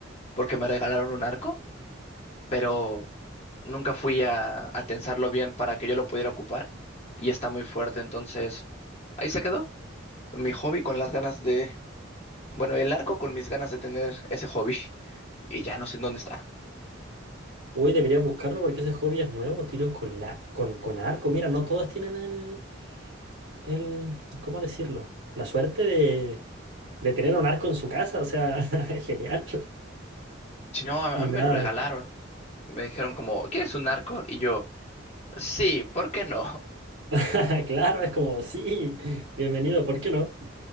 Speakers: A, on the left; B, on the right.
A: porque me regalaron un arco, pero nunca fui a, a tensarlo bien para que yo lo pudiera ocupar y está muy fuerte, entonces ahí se quedó mi hobby con las ganas de Bueno, el arco con mis ganas de tener ese hobby <laughs> y ya no sé en dónde está.
B: Uy, debería buscarlo porque ese hobby es nuevo, tiro con, la, con, con arco. Mira, no todos tienen el, el, ¿cómo decirlo? La suerte de, de tener un arco en su casa, o sea, <laughs> genial.
A: Si no, a,
B: Y
A: a mí
B: nada,
A: me lo regalaron. Me dijeron como, ¿quieres un arco? Y yo, sí, ¿por qué no? <laughs>
B: <laughs> claro, es como, sí, bienvenido, ¿por qué no?